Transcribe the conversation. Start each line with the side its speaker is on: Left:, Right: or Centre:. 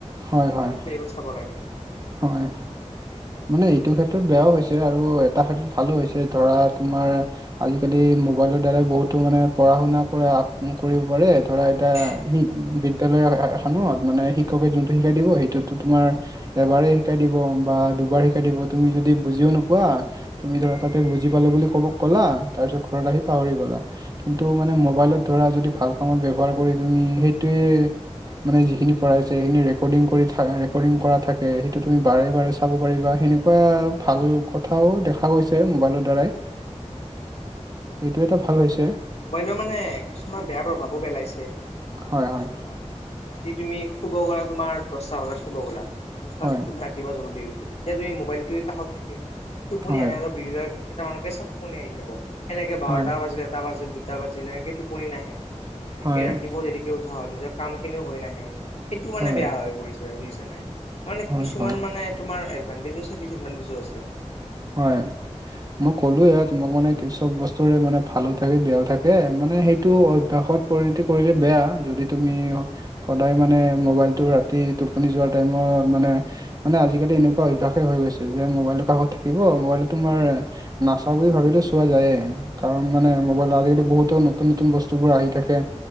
Right: হয়
Left: তুমি
Right: হয়
Left: কিয় বেলেগত চাব লাগে
Right: হয় মানে এইটো ক্ষেত্ৰত বেয়াও হৈছে আৰু এটা ক্ষেত্ৰত ভালো হৈছে ধৰা তোমাৰ আজিকালি মোবাইলৰ দ্বাৰা বহুতো মানে পঢ়া শুনা কৰে, কৰিব পাৰে। ধৰা
Left: হয়
Right: এটা সি
Left: ক্ষতি হয়
Right: বি এয়ালে এয়ালে খনো মানে শিক্ষকে যোনটো শিকাই দিব সেইটোতো তোমাৰ এবাৰেই শিকায় দিব বা দুবাৰ শিকাই
Left: এবাৰে
Right: দিব তুমি যদি বুজিও নোপোৱা
Left: উম
Right: তুমি ধৰা
Left: উম
Right: তাতে বুজি পালো বুলি কবক ক'লা তাৰ পিছত ঘৰত
Left: উম
Right: আহি পাহৰি
Left: উম
Right: গলা কিন্তু মানে
Left: উম
Right: মোবাইলত ধৰা যদি ভাল কামত ব্যৱহাৰ কৰি তুমি সেইটোয়ে মানে যিখিনি পঢ়াই সেই খিনি ৰেকৰ্ডিং কৰি থ ৰেকৰ্ডিং কৰা থাকে সেইটো তুমি বাৰে বাৰে চাব পাৰিবা সেনেকুৱা ভাল কথাও
Left: উম
Right: দেখা গৈছে মোবাইলৰ দ্বাৰাই
Left: উম উম
Right: এইটো
Left: বাকী
Right: এটা ভাল হৈছে
Left: মোবাইলৰ মানে কিছুমান বেয়া প্ৰভাৱো পেলাইছে
Right: হয়
Left: যদি
Right: হয়
Left: চোৱা ৰাতি তুমি শুব গলা তোমাৰ দশটা বানাত শুব গলা দহটাত
Right: হয়
Left: ৰাতি ৰাতিপুৱা জল্দি উঠিম এতিয়া এই মোবাইলটো কাষত থাকিল টোপনি
Right: হয়
Left: এনাই অলপ কেইটামানকে চত টোপনি আহি যাব সেনেকে বাৰটা
Right: হয়
Left: বাজিল এটা বাজিল ছয় টা বাজিলে কি টোপনি নাহে সেনেকৈ
Right: হয়
Left: ৰাতিপুৱা যেৰিকৈ উঠা হয় নিজৰ কামখিনিও হৈ নাহে সেইটো মানে
Right: হয়
Left: বেয়া হৈ পৰিছে বুজিছানে তাৰ মানে
Right: হয়
Left: কিছুমান
Right: হয়
Left: মানে তোমাৰ এডভানটেজোছে ডচএডভানটেজো আছে
Right: হয় মই ক'লো এ তোমাক মানে কি চব বস্তুৰে মানে ভালো থাকে বেয়াও থাকে এ মানে
Left: উম
Right: সেইটো
Left: বেয়াও থাকে
Right: অভ্যাসত পৰিণতি কৰিলে বেয়া যদি তুমি
Left: উম অভ্যাসত
Right: সদায়
Left: নালাগে
Right: মানে মোবাইলতটো ৰাতি টোপনি যোৱাৰ টাইমত
Left: উম
Right: মানে
Left: উম
Right: মানে আজিকালি এনেকুৱা অ অভ্যাসে হৈ গৈছে যে মোবাইলটো কাষত থাকিব
Left: উম,
Right: মোবাইলটো তোমাৰ
Left: উম,
Right: নাচাওঁ বুলি ভাবিলে চোৱা যায়ে কাৰণ মানে
Left: যাবই
Right: মোবাইল আজিকালি
Left: যাবই।
Right: বহুতো নতুন নতুন বস্তুবোৰ আহি থাকে